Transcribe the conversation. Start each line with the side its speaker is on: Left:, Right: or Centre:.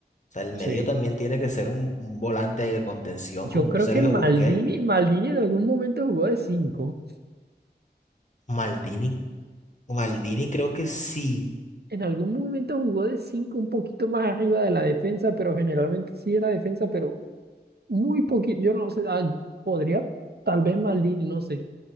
Left: O sea, el medio
Right: Sí.
Left: también tiene que ser un, un volante de contención
Right: Yo
Left: como
Right: creo
Left: un Sergio
Right: que Maldini,
Left: Busquets.
Right: Maldini en algún momento jugó de cinco,
Left: Maldini, Maldini creo que sí.
Right: En algún momento jugó de 5, un poquito más arriba de la defensa, pero generalmente sí era defensa, pero muy poquito. Yo no sé. ah, podría, tal vez Maldini, no sé.